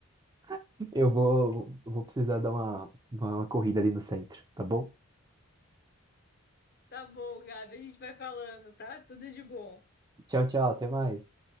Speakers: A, on the right; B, on the left.
A: <laughs> eu vou, eu vou precisar dar uma, uma uma corrida ali no centro, tá bom?
B: Tá bom, Gabi, a gente vai falando, tá? Tudo de bom.
A: Tchau, tchau, até mais.